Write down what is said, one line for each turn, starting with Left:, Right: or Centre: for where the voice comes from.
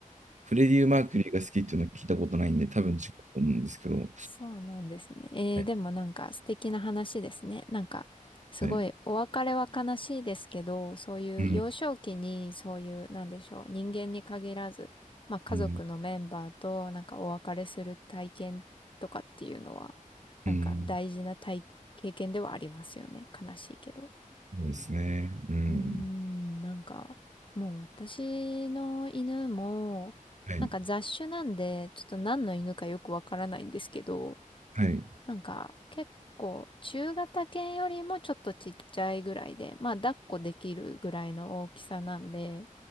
Right: フレディ・マーキュリーが好きっていうのは聞いたことないんで、多分違うと思うんですけど、は
Left: そうなんですね。えー、
Right: い。
Left: でもなんか素敵な話ですね。なんかすごいお別れは悲しいですけど、
Right: はい。
Left: そういう幼少期にそういうなんでしょう、
Right: うん、
Left: 人間に限らず、まあ家族のメンバーとなんかお別れする体験とかっていうのは、
Right: うん、
Left: なんか大事な体、
Right: うん。
Left: 経験ではありますよね。悲しいけど。
Right: そうですね。うん。
Left: うーん、なんか、もう私の犬も、
Right: はい、
Left: なんか雑種なんで、ちょっと何の犬かよくわからないんですけど、
Right: はい、
Left: なんか結構中型犬よりもちょっとちっちゃいぐらいで、まあ抱っこできるぐらいの大きさなんで、